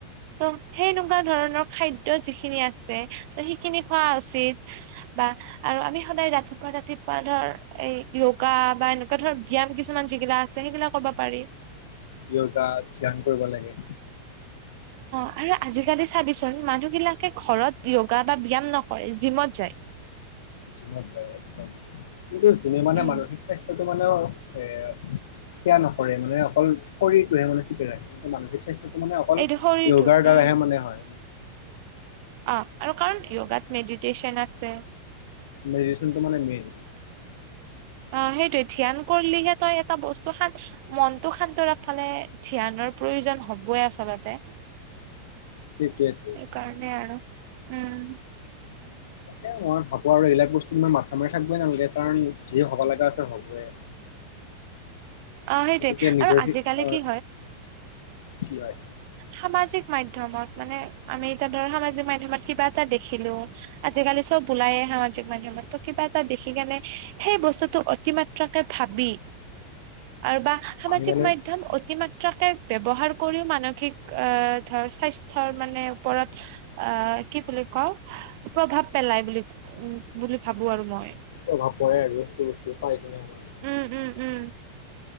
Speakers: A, on the right (about 45°); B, on the left (about 55°).
A: তো, সেইনেকুৱা ধৰণৰ খাদ্য যিখিনি আছে, তো সেইখিনি খোৱা উচিত। বা আৰু আমি সদায় ৰাতিপুৱা, ৰাতিপুৱা ধৰ এই যোগা বা এনেকুৱা ধৰ ব্যায়াম কিছুমান, যিগিলা আছে। সেইগিলা কৰবা পাৰি।
B: য়গা ধ্যান কৰিব লাগে।
A: অ'আৰু আজি-কালি চাবিচোন, মানুহ গিলাকে ঘৰত যোগা এটা ব্যায়াম নকৰে, জিমত যায়।
B: জিমত যায় একদম কিন্তু, জিমে মানে
A: উম
B: মানসিক স্বাস্থ্যটো মানে অ এ, কেয়াৰ নকৰে, মানে অকল শৰীৰটোহে মানে ঠিকে ৰাখে। কিন্তু, মানসিক স্বাস্থ্য সেইটো মানে অকল
A: এইটো শৰীৰটো
B: যোগাৰ
A: উম
B: দ্বাৰাহে মানে হয়।
A: অ'আৰু কাৰণ যোগাত মেডিটেশ্যন আছে।
B: মেডিচনটো মানে মেইন।
A: অ'হেইটো ধ্যান কৰিলি তই এটা বস্তু খান। মনটো শান্ত ৰাখৱ ফালে ধ্যানৰ প্ৰয়োজন হবই আচলতে।
B: সেইটোৱেতো।
A: কাৰণে আৰু উম।
B: এই মই ভাবো আৰু এইবিলাক বস্তু মই মাথা মাৰি থাকিবে নালাগে। কাৰণ যিয়ে হব লগা আছে হ'বই।
A: অ সেইটোৱে
B: গতিকে নিজৰ
A: আৰু আজিকালি
B: সি হয়,
A: কি
B: কি হয়।
A: সামাজিক মাধ্যমত মানে, আমি এতিয়া ধৰ সামাজিক মাধ্যমত কিবা এটা দেখিলো। আজিকালি চব ওলায় আহে সামাজিক মাধ্যমত, কিবা এটা দেখি কেনে সেই বস্তুতটো অতিমাত্ৰ। তোকে ভাবি আৰু বা। সামাজিক
B: আমি মানে
A: মাধ্যম অতিমাত্ৰাকে ব্যৱহাৰ কৰিও মানৱ। ঠিক অ ধৰ স্বাস্থ্যৰ মানে ওপৰত। আ কি বুলি কওঁ, প্ৰভাৱ পেলাই বুলি উ বুলি ভাবো আৰু মই।
B: প্ৰভাৱ পৰে আৰু যিটো বস্তু পাই কিনো আমাৰ।
A: উম, উম, উম,